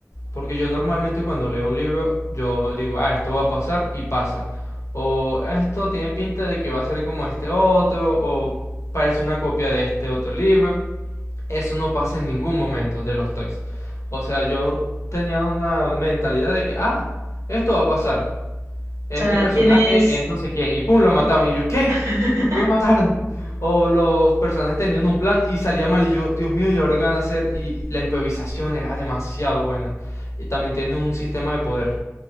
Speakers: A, on the left; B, on the right.
A: porque yo normalmente cuando leo un libro, yo digo, ah, esto va a pasar y pasa. O esto tiene pinta de que va a ser como este otro, o parece una copia de este otro libro. Eso no pasa en ningún momento de los tres. O sea, yo tenía una mentalidad de que, ah, esto va a pasar este
B: O sea,
A: personaje
B: ¿tienes
A: es no sé quién, y pum, lo mataron. Y yo, ¿qué?
B: <laughs>
A: ¿Por qué lo mataron? O los personajes tenían un plan y salía mal, y yo, Dios mío, ¿y ahora qué van a hacer? Y la improvisación era demasiado buena. Y también tiene un sistema de poder